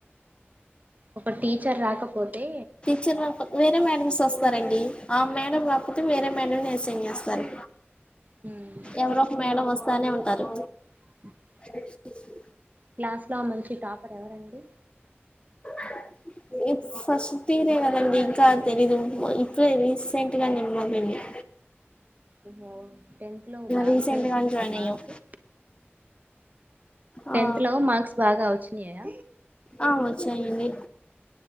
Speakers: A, on the right; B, on the left.
A: ఒక టీచర్ రాకపోతే
B: చిర్రు ఒక వేరే మేడమ్స్ వస్తారండి ఆ మేడం రాకపోతే వేరే మేడంను అసైన్ జేస్తారు
A: హ్మ్
B: ఎవరోక మేడం వస్తానే ఉంటారు
A: <inaudible>
B: ఎక్స్క్యూస్ మి
A: క్లాస్ లో మంచి టాపర్ ఎవరండి
B: <inaudible> ఇది ఫస్ట్ ఇయర్ ఎ గదండి ఇంకా తెలీదు మొ ఇప్పుడే రీసెంట్గానే మొదలైనయ్
A: ఏమో టెన్త్ లో బాగొచ్చినయా
B: రీసెంట్ గా
A: అండి
B: జాయిన్
A: మార్క్స్
B: అయ్యాం
A: టెన్త్
B: ఆ
A: లో మార్క్స్ బాగా వచ్చినయా
B: ఆ వచ్చాయండి